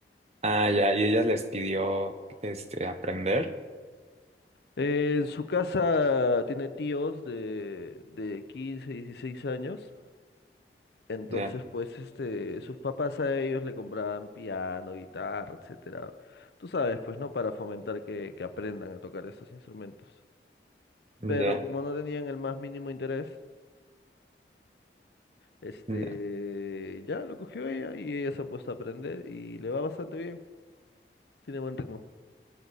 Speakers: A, on the right (about 35°); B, on the left (about 70°).
A: Ah, ya, y ella les pidió este aprender.
B: Eh, en su casa tiene tíos de, de 15, 16 años Entonces,
A: Ya,
B: pues, este, sus papás a ellos le compraban piano, guitarra, etcétera. Tú sabes, pues, ¿no? Para fomentar que, que aprendan a tocar esos instrumentos. Pero
A: ya,
B: como no tenían el más mínimo interés, este,
A: ya.
B: ya lo cogió ella y ella se ha puesto a aprender y le va bastante bien. Tiene buen ritmo.